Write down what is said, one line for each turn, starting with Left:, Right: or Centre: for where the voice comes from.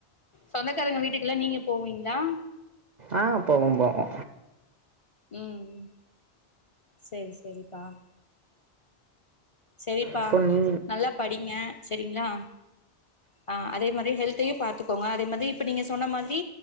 Left: சொந்தக்காரங்க வீட்டுக்கெல்லா நீங்க போவீங்ளா
Right: ஆ, போவோ போவோ
Left: ம்ம் சேரி சேரிப்பா செரிப்பா
Right: இப்போ நீ
Left: நல்லா படிங்க செரிங்களா ஆ அதே மாரி ஹெல்த் தியு பாத்துக்கோங்க அதே மாதி இப்ப நீங்க சொன்ன மாதிரி